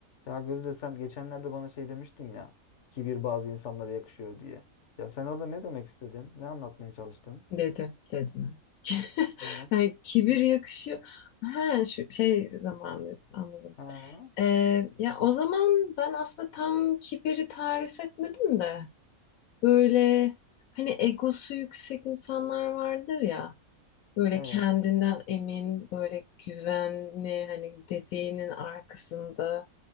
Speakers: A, on the left; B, on the left.
A: Ya Gözde sen geçenlerde bana şey demiştin ya. Kibir bazı insanlara yakışıyor diye. Ya sen orada ne demek istedin? Ne anlatmaya çalıştın?
B: Dedim, dedim. <laughs>
A: Evet.
B: Yani kibir
A: Hı.
B: yakışıyor. Ha, şu şey zaman diyorsun, anladım.
A: Ha,
B: Ee, ya o zaman ben aslında tam kibiri tarif etmedim de böyle hani egosu yüksek insanlar vardır ya böyle
A: evet.
B: kendinden emin böyle güvenli hani dediğinin arkasında